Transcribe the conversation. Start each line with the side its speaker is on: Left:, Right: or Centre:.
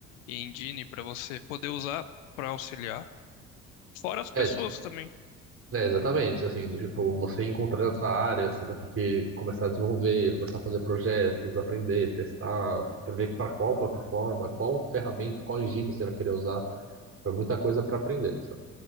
Left: e engine para você poder usar para auxiliar, fora as pessoas
Right: Ed,
Left: também.
Right: É, exatamente, assim, tipo, você encontrando essa área, você vai ter que começar a desenvolver, começar a fazer projetos, aprender, testar, prever para qual plataforma, qual ferramenta, qual engine você vai querer usar. Tipo, é muita coisa para aprender, sabe?